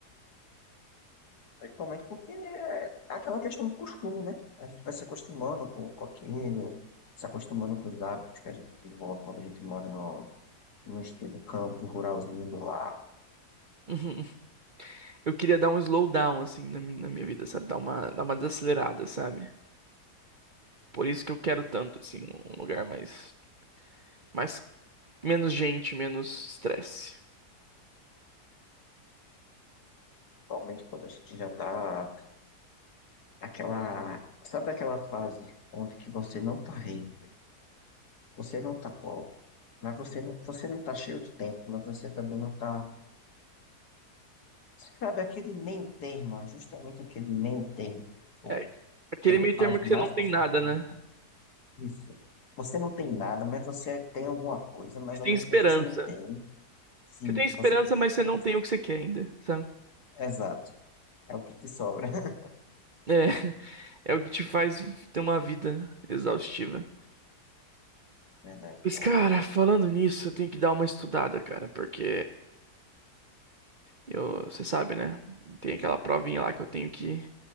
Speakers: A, on the left; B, on the right.
A: Principalmente porque é
B: <laughs>
A: aquela questão de costume, né? A gente vai se acostumando com, com aquilo, se acostumando com os hábitos que a gente desenvolve quando a gente mora no, no estilo campo ruralzinho do lado.
B: Uhum. Eu queria dar um slowdown, assim, na, mi- na minha vida, sabe? Dar uma, dar uma desacelerada, sabe? Por isso que eu quero tanto, assim, um lugar mais, mais Menos gente, menos estresse.
A: Principalmente quando a gente já tá aquela, sabe aquela fase onde que você não tá rico, você não tá pobre, mas você não, você não tá cheio de tempo, mas você também não tá, sabe, aquele meio termo, é justamente aquele meio termo, tipo,
B: É aquele
A: que é a
B: meio
A: fase
B: termo que
A: mais
B: você não tem
A: confortável.
B: nada, né?
A: Isso. Você não tem nada, mas você tem alguma coisa, mas
B: Você tem
A: ao mesmo
B: esperança.
A: tempo você não tem. Sim,
B: Você tem esperança,
A: você.
B: mas você
A: o
B: não
A: que-
B: tem o que você quer ainda, sabe?
A: Exato. É o que te sobra. <laughs>
B: É, <laughs> é o que te faz ter uma vida exaustiva.
A: Verdade.
B: Mas, cara, falando nisso, eu tenho que dar uma estudada, cara, porque eu, você sabe, né? Tem aquela provinha lá que eu tenho que